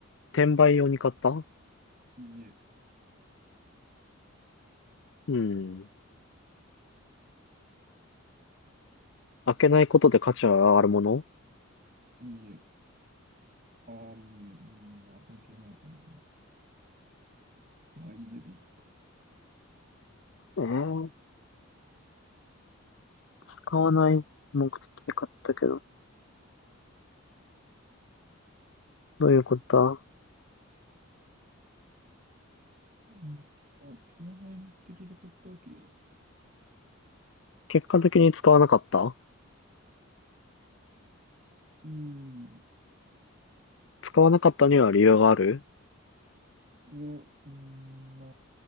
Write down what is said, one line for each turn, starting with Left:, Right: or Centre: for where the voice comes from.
Left: 転売用に買った
Right: いいえ、
Left: うん。開けないことで価値が上がるもの
Right: いいえ。あー、うん、うんまあ関係ないかな。まあいいえでいいか。
Left: えー、使わない目的で買ったけど。どういうことだ
Right: うんまあ、使わない目的で買ったわけではない。
Left: 結果的に使わなかった
Right: うーん。
Left: 使わなかったには理由がある
Right: いや、うーん、ま